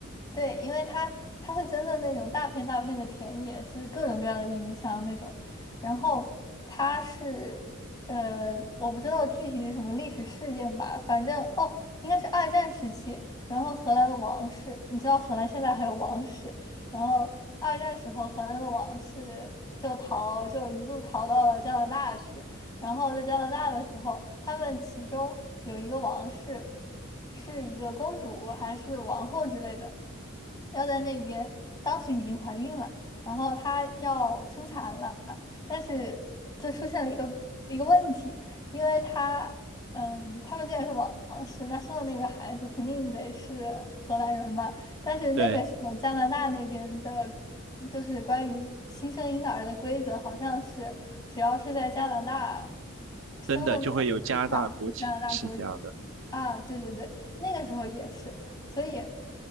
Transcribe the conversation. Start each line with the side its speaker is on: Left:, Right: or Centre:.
Left: 对，因为它它是真的那种大片大片的田野，是各种各样的郁金香那种。然后它是呃，我不知道具体是什么历史事件吧，反正哦，应该是二战时期。然后荷兰的王室，你知道荷兰现在还有王室。然后二战时候，荷兰的王室就逃，就一路逃到了加拿大去。然后在加拿大的时候，他们其中有一个王室是一个公主还是王后之类的。要在那边，当时已经怀孕了，然后她要生产了，但是就出现了一个一个问题，因为她，嗯，他们既然是王室，那生的那个孩子肯定得是荷兰人嘛，但是那个时候加拿大那边的，
Right: 对，
Left: 就是关于新生婴儿的规则，好像是只要是在加拿大生的那个土地上，
Right: 真的就会有加拿大国籍，
Left: 就是加拿大国籍的啊，
Right: 是这样的。
Left: 对对对。那个时候也是，所以